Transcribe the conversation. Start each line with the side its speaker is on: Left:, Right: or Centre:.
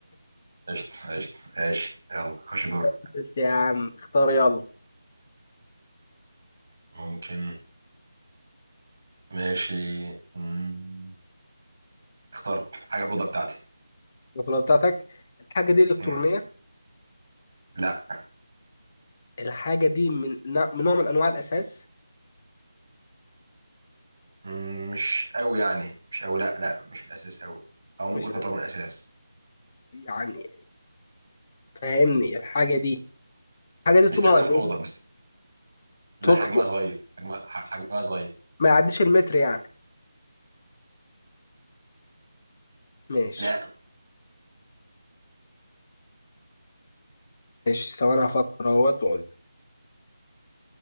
Right: قشطة قشطة ماشي يلا خش دور
Left: <laughs> بس يا عم اختار يلا
Right: ممكن ماشي مم، اخترت حاجة في الأوضة بتاعتي
Left: البطولة بتاعتك الحاجة دي إلكترونية
Right: مم، لا
Left: الحاجة دي من نا- من نوع من أنواع الأساس
Right: مم، مش قوي يعني مش قوي لا لا مش من الأساس قوي أو ممكن
Left: مش
Right: تعتبر
Left: الأساس
Right: من الأساس
Left: يعني فاهمني الحاجة دي الحاجة دي طولها
Right: نستخدمها
Left: قد
Right: في الأوضة
Left: إيه
Right: بس
Left: طول
Right: لا حجمها
Left: طول-
Right: صغير حجمها ح- حجمها صغير
Left: ما يعديش المتر يعني ماشي
Right: لا
Left: ماشي ثواني هفكر أهوت وأقول